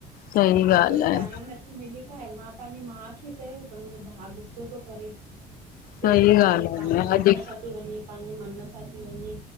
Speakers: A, on the left; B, on the right.
A: सही
B: त मूंखे
A: ॻाल्हि
B: बि
A: आहे,
B: टाइम न मिली पाए मां पंहिंजी मां खे चयो त मुंहिंजो भाउ गुस्सो तो करे। चेतो
A: सही
B: पांजे
A: ॻाल्हि आहे
B: पांजे
A: भेण
B: मथां
A: अॼु
B: सब। ते वञी पंहिंजे मन सां थी वञी